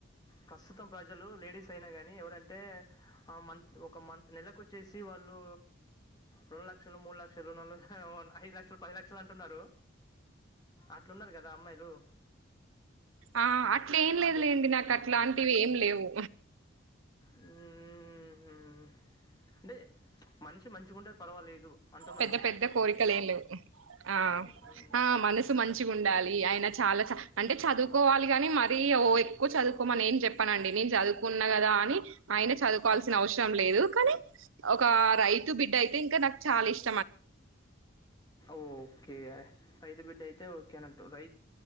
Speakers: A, on the left; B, on the right.
A: ప్రస్తుతం ప్రజలు లేడీస్ అయినా కానీ ఎవరంటే మంత్ ఒక మంత్ నెలకు వచ్చేసి వాళ్ళు రెండు లక్షలు, మూడు లక్షలు, నాలు లక్షలు, ఐదు లక్షలు, పది లక్షలు అంటున్నరు అట్లున్నరు కదా అమ్మాయిలు.
B: ఆ అట్లే ఏం లేదులేండి.
A: అదే
B: నాకు అట్లాలాంటివి ఏం లేవు.
A: హుహ్ అంటే మనిషి మంచిగా ఉంటే పర్వాలేదు. అంటున్నారు
B: పెద్ద
A: మీరు.
B: పెద్ద కోరికలేం లేవు. ఆ
A: మ్మ్.
B: ఆ మనసు మంచిగా ఉండాలి. ఆయన చాలా చ అంటే చదువుకోవాలి, కాని మరి ఓ ఎక్కువ చదువుకోమని ఏం చెప్పనండి. నేను చదువుకున్నా కదా అని ఆయన చదువుకోవాల్సిన అవసరం లేదు. కానీ ఒక రైతు బిడ్డయితే ఇంకా నాకు చాల ఇష్
A: ఓకే రైతు బిడ్డ అయితే ఓకే అనటు రై